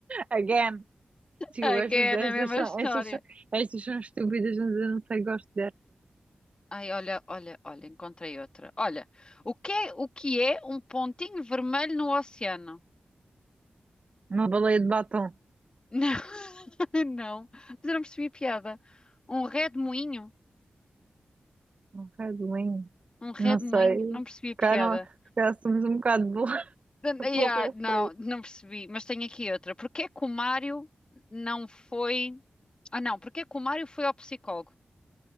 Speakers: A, on the right (about 45°); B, on the left (about 35°).
A: Again. Desculpa,
B: Again,
A: estas, estas
B: a mesma
A: são,
B: história.
A: estas são, estas são estúpidas, mas eu não sei, gosto de
B: Ai, olha, olha, olha, encontrei outra. Olha, o que é, o que é um pontinho vermelho no oceano?
A: Uma baleia de batom.
B: Não, <laughs> não, mas eu não percebi a piada. Um redemoinho?
A: Um Red Wing.
B: Um redemoinho?
A: Não sei.
B: Não
A: Se
B: percebi a piada.
A: calhar, não- se calhar somos um bocado burra,
B: Dan-
A: <laughs>
B: yeah,
A: burra
B: não,
A: para isso.
B: não
A: <laughs>
B: percebi, mas tenho aqui outra. Porquê que o Mário não foi. Ah, não, porquê que o Mário foi ao psicólogo?